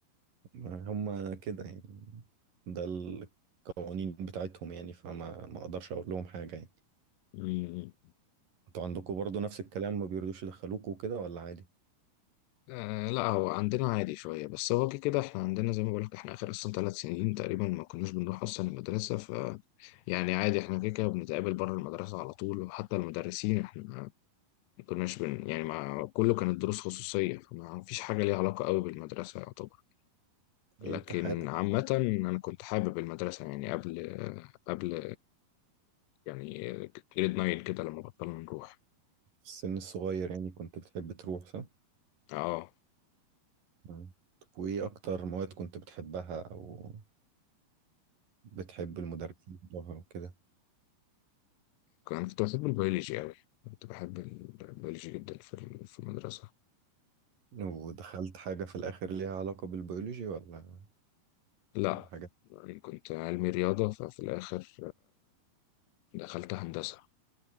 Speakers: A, on the right; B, on the left.
A: هم كده يعني ده القوانين بتاعتهم يعني فما ما اقدرش اقول لهم حاجة يعني
B: مم.
A: انتوا عندكم برضو نفس الكلام ما بيرضوش يدخلوكوا وكده ولا عادي
B: آه لا هو عندنا عادي شوية بس هو كده كده احنا عندنا زي ما بقولك احنا آخر أصلا ثلاث سنين تقريبا ما كناش بنروح أصلا المدرسة يعني عادي احنا كده كده بنتقابل بره المدرسة على طول وحتى المدرسين احنا ما كناش بن يعني ما كله كانت دروس خصوصية فما فيش حاجة ليها علاقة قوي بالمدرسة يعتبر
A: يعني
B: لكن
A: انت حياتك
B: عامة أنا كنت حابب المدرسة يعني قبل قبل يعني جريد 9 كده لما بطلنا نروح
A: في السن الصغير يعني كنت بتحب تروح صح؟
B: اه
A: مم. طب وايه اكتر مواد كنت بتحبها او بتحب المدرسين بتوعها وكده
B: كان كنت بحب البيولوجي قوي كنت بحب البيولوجي جدا في ال- في المدرسة
A: ودخلت حاجة في الآخر ليها علاقة بالبيولوجي ولا
B: لا
A: ولا حاجة
B: يعني كنت علمي رياضة ففي الآخر دخلت هندسة